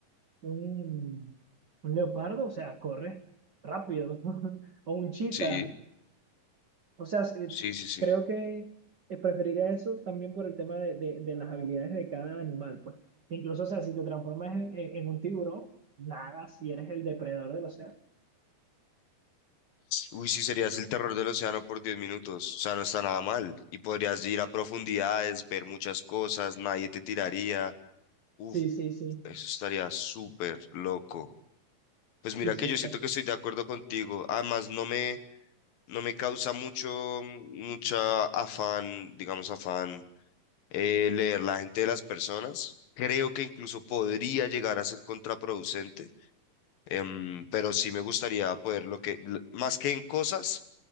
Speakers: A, on the right; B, on the left.
A: un, un leopardo, o sea, corre rápido. <laughs> O un chita.
B: sí,
A: O sea, sí,
B: sí, sí, sí.
A: creo que eh, preferiría eso también por el tema de, de, de las habilidades de cada animal, pues. Incluso, o sea, si te transformas en, en, en un tiburón, nada, si eres el depredador del océano.
B: Uy, sí, serías el terror del océano por 10 minutos. O sea, no está nada mal. Y podrías ir a profundidades, ver muchas cosas, nadie te tiraría. Uf,
A: Sí, sí, sí.
B: eso estaría súper loco. Pues
A: Sí,
B: mira
A: sí,
B: que yo
A: exacto.
B: siento que estoy de acuerdo contigo. Además, no me, no me causa mucho, mucha afán, digamos afán, eh, leer la gente de las personas. Creo que incluso podría llegar a ser contraproducente, em, pero sí me gustaría poder lo que, l- más que en cosas.